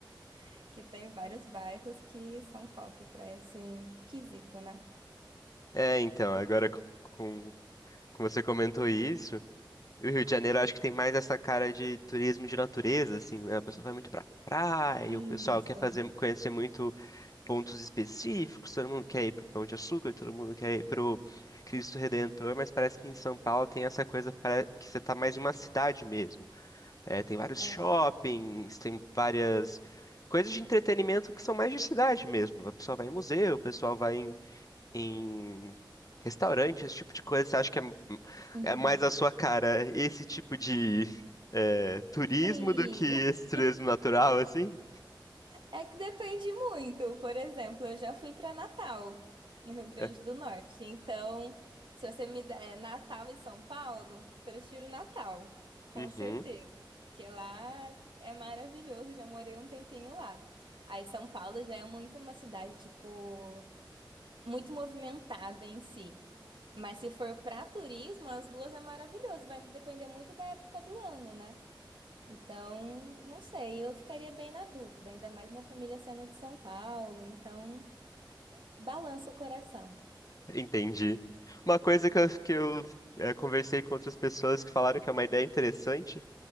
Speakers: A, on the right; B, on the left.
A: <laughs> que tem vários bairros que são top para esse quesito, né?
B: É, então, agora com, com com você comentou isso, e o Rio de Janeiro acho que tem mais essa cara de turismo de natureza, assim, né? O pessoal vai muito pra praia,
A: Isso.
B: o pessoal quer fazer, conhecer muito pontos específicos, todo mundo quer ir pro Pão de Açúcar, todo mundo quer ir pro Cristo Redentor, mas parece que em São Paulo tem essa coisa para que você tá mais em uma cidade mesmo. É, tem vários
A: É.
B: shoppings, tem várias coisas de entretenimento que são mais de cidade mesmo. O pessoal vai em museu, o pessoal vai em, em restaurante, esse tipo de coisa. Você acha que é,
A: Uhum.
B: é mais a sua cara esse tipo de é, turismo
A: Sim!
B: do que esse turismo natural, assim?
A: É que depende muito. Por exemplo, eu já fui para Natal, no Rio Grande
B: É.
A: do Norte. Então, se você me der Natal e São Paulo, prefiro Natal, com
B: Uhum,
A: certeza. Porque lá é maravilhoso, já morei um tempinho lá. Aí São Paulo já é muito uma cidade, tipo, muito movimentada em si. Mas se for para turismo, as duas é maravilhoso. Vai depender muito da época do ano, né? Então, não sei, eu ficaria bem na dúvida, ainda mais minha família sendo de São Paulo, então balança o coração.
B: entendi. Uma coisa que eu, que eu é, conversei com outras pessoas que falaram que é uma ideia interessante